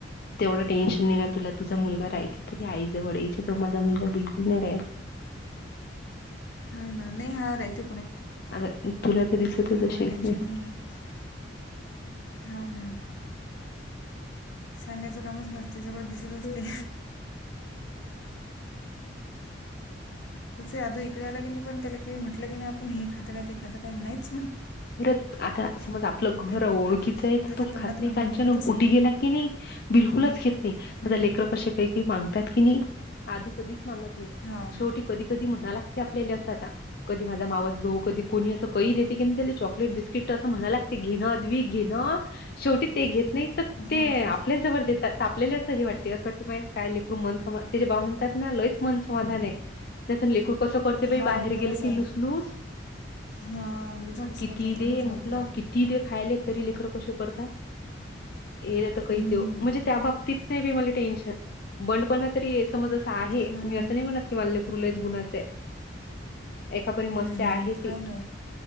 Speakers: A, on the left (about 55°); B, on the left (about 75°).
A: तेवढं टेन्शन नाही ना तुला तुझा मुलगा राइति तरी आईजवळ येचिचो माझा मुलगा बिलकुल नाही राईत. <inaudible>
B: हा ना नाही हारयते.
A: आता तुला तर दिसतच
B: एवढं
A: अशिन
B: टेन्शन
A: खने.
B: नाही आहे हाव ना. सांगायचं कामच नसते सगळं दिसत असते.
A: तेच
B: तुचे आधू इकडे आला की नाही पण त्याला काही म्हटलं की नाही आपण हे खातं काय ते खातं काय नाहीचं.
A: परत आता समज आपलं घर
B: त्यात
A: ओळखीचं आहे
B: त्याच्या
A: तर तो
B: तोंडातून
A: खात नाही
B: हो
A: कच्यान
B: निघतच
A: कुठे
B: नाही
A: गेला की नाही. बिलकुलच
B: हं.
A: घेत नाही
B: हं.
A: आता लेकर कसे काही काही मागतात कि नाही आदू कधीच मागत नाही
B: हा
A: शेवटी कधी कधी म्हणाला ते आपल्या असं आता कधी माझा मावस भाऊ कधी कोणी असं कही देते की त्या चॉकलेट बिस्किट असं म्हणाय लागते घेणं अद्विक घेंना शेवटी ते घेत नाही तर ते
B: हो
A: आपल्याच
B: काय
A: जवळ देतात तापलेले असं हे वाटते असं वाटते म काय लेकरून मन समा तेे बाह म्हणतात ना लयच मन समाधान आहे नाहीत लेकरु कसं करते बाई
B: हो
A: बाहेर
B: खरंच
A: गेलं की
B: आहे
A: लुस लुस
B: हा लुसलुस
A: किती
B: करतात
A: दे
B: खरंच
A: म्हटलं
B: बाकीचे
A: किती दे खायले तरी लेकर कसे करतात ये तर कही
B: हम्म.
A: देऊ म्हणजे त्या बाबतीत नाही बी मला टेन्शन बंडपणा तरी समज आहे
B: हा
A: मी असं
B: ना.
A: नाही म्हणत की माझं लेकरू लईच गुणाच आहे एकापरी
B: हम्म,
A: मस्त
B: हम्म.
A: आहे ती
B: हो ना